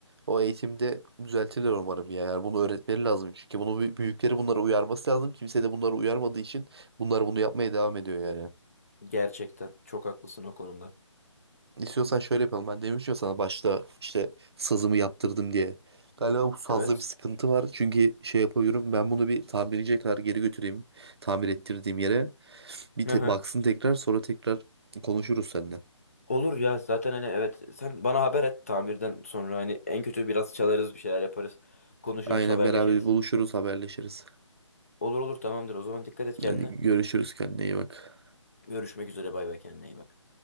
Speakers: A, on the right; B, on the left.
A: O eğitimde düzeltilir umarım ya. Yani bunu öğretmeleri lazım çünkü bunu büy- büyükleri bunlara uyarması lazım. Kimse de bunları uyarmadığı için bunlar bunu yapmaya devam ediyor yani.
B: Gerçekten çok haklısın o konuda.
A: İstiyorsan şöyle yapalım. Ben demiştim ya sana başta işte sazımı yaptırdım diye. Galiba bu sazda
B: Evet.
A: bir sıkıntı var. Çünkü şey yapıyorum. Ben bunu bir tamirciye kadar geri götüreyim. Tamir ettirdiğim yere. Bir
B: Hı
A: te-
B: hı.
A: baksın tekrar sonra tekrar konuşuruz seninle.
B: Olur ya zaten hani evet sen bana haber et tamirden sonra hani en kötü biraz çalarız bir şeyler yaparız. Konuşuruz
A: Aynen
B: haberleşiriz.
A: beraber buluşuruz haberleşiriz.
B: Olur olur tamamdır o zaman dikkat et kendine.
A: Hadi görüşürüz kendine iyi bak.
B: Görüşmek üzere bay bay kendine iyi bak.